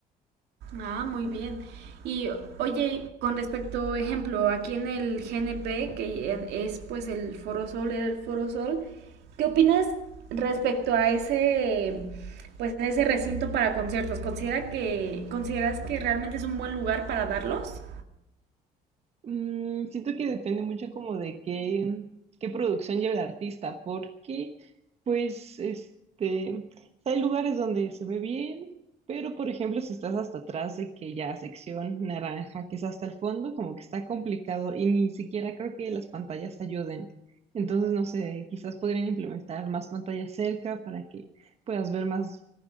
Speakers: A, on the right; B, on the right.
A: Ah, muy bien. Y oye, con respecto, ejemplo, aquí en el GNP, que en- es pues el Foro Sol, era el Foro Sol, ¿qué opinas respecto a ese, pues a ese recinto para conciertos? ¿Considera que, consideras que realmente es un buen lugar para darlos?
B: Mm, siento que depende mucho como de qué, qué producción lleva el artista, porque pues este, hay lugares donde se ve bien, pero por ejemplo si estás hasta atrás de que ya sección naranja, que es hasta el fondo, como que está complicado y ni siquiera creo que las pantallas ayuden. Entonces, no sé, quizás podrían implementar más pantallas cerca para que puedas ver más